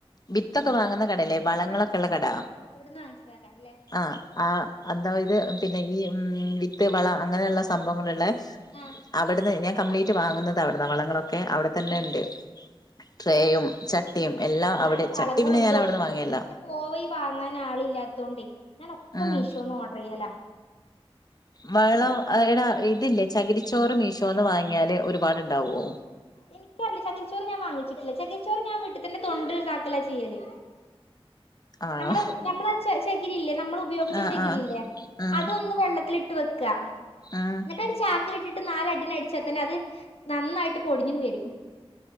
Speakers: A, on the left; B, on the left.
A: വിത്തൊക്കെ വാങ്ങുന്ന കടല്ലേ വളങ്ങളൊക്കെള്ള
B: ആഹ് ആഹ്
A: കട
B: അവിടെണ്ട് ആഹ് അവിടുന്ന് വാങ്ങിച്ചതാക്കാരം ല്ലേ
A: ആ ആ അ എന്താവിത് പിന്നെ ഈ ഉ ഉം വിത്ത് വള അങ്ങനെയുള്ള സംഭവങ്ങളുള്ള
B: ആഹ്
A: അവിടുന്ന് ഞാൻ കംപ്ലീറ്റ് വാങ്ങുന്ന തവിടെ ന്നാ വളങ്ങളൊ ക്കെ അവിടെ തന്നെ
B: ആഹ്
A: ഉണ്ട് ട്രേയും എല്ലാം
B: ഞാന്
A: അവിടെ
B: വളങ്ങളും
A: ചട്ടി പിന്നെ ഞാൻ
B: തുവൊക്കെ
A: അവിടുന്ന് വാങ്ങിയല്ല
B: എനിക്ക് പിന്നെ പോവയി വാങ്ങാൻ ആളില്ലാത്തോണ്ടേ ഞാനൊക്കെ
A: ഉം
B: മീഷോന്ന് ഓഡ്റ് ചെയ്യലാ
A: വളം അതെടാ ഇതില്ലേ ചകിരിച്ചോറ് മീഷോന്ന് വാങ്ങിയാല് ഒരുപാടുണ്ടാവോ
B: എനിക്കറില്ല ചകിരിച്ചോറ് ഞാൻ വാങ്ങിച്ചിട്ടില്ല ചകിരിച്ചോറ് ഞാൻ വീട്ടു തന്നെ തൊണ്ട് ഇതാക്കല ചെയ്യല്
A: ആണോ
B: നമ്മള് നമ്മള് ചെ ചെകിരി ഇല്ലേ നമ്മള് ഉപയോഗിച്ച
A: ആഹ്
B: ചെകിരി
A: ആഹ്
B: ഇല്ലേ
A: ഉം
B: അതൊന്ന് വെള്ളത്തിട്ട് വെക്ക
A: ഉം
B: ന്നിട്ട് ഒരു ചാക്കിലിട്ടിട്ട് ട്ട് നാലടിന അടിച്ച തന്നെ അത് നന്നായിട്ട് പൊടിഞ്ഞിത് വരും